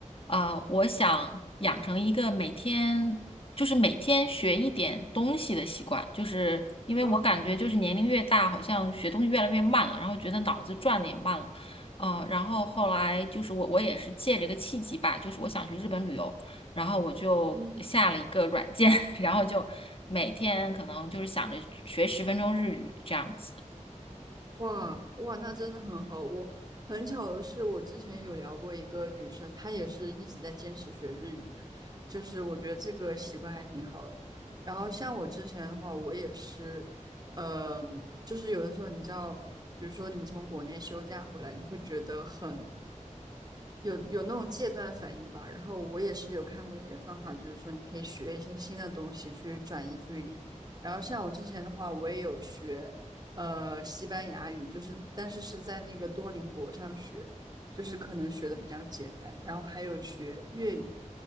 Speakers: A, on the left; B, on the right.
A: 呃，我想养成一个每天就是每天学一点东西的习惯，就是因为我感觉就是年龄越大，
B: 嗯
A: 好像学东西越来越慢了，然后觉得脑子转的也慢了，呃，然后后来就是我我也是借这个契机吧，就是我想去日本旅游。然后我就下了一个软件，
B: 嗯，
A: <laughs> 然后就每天可能就是想着学十分钟日语这样子。
B: 哇哇，那真的很好。我很巧的是，我之前有聊过一个女生，她也是一直在坚持学日语，就是我觉得这个习惯还挺好的。然后像我之前的话，我也是，嗯、就是有的时候你知道，比如说你从国内休假回来，你会觉得很有有那种戒断反应吧，然后我也是有看过一些方法，就是说你可以学一些新的东西去转移注意力。然后像我之前的话，我也有学呃西班牙语，就是但是是在那个多邻国上学，就是可能学的比较简单。然后还有学粤语，